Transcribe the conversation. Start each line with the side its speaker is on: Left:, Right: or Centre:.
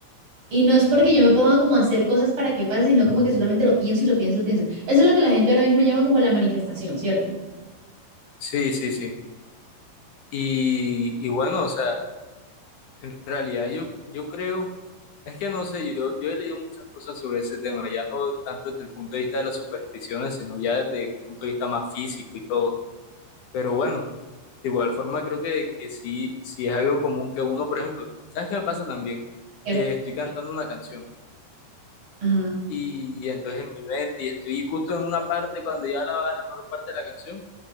Right: Y no es porque yo me ponga como a hacer cosas para que pase, sino como que solamente lo pienso y lo pienso y lo pienso. Eso es lo que la gente ahora mismo llama como la manifestación, ¿cierto?
Left: Sí, sí, sí. Y, y bueno, o sea, en realidad yo, yo creo, es que no sé, yo, yo he leído muchas cosas sobre ese tema, ya no tanto desde el punto de vista de las supersticiones, sino ya desde un punto de vista más físico y todo. Pero bueno, de igual forma creo que, que sí, sí es algo común que uno, por ejemplo, ¿sabes qué me pasa también?
Right: Que-
Left: Que estoy cantando una canción
Right: Ajá.
Left: y entonces en mi mente y estoy justo en una parte, cuando ya la va la mejor parte de la canción,